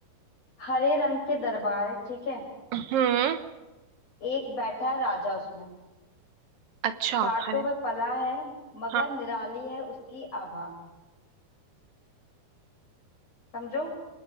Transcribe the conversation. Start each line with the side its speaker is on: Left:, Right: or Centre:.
Left: हरे रंग के दरबार है ठीक है
Right: हम्म
Left: एक बैठा है राजा उसमें
Right: अच्छा
Left: कांटों
Right: अरे
Left: में पला है मगर
Right: हाँ
Left: निराली है उसकी आभा समझो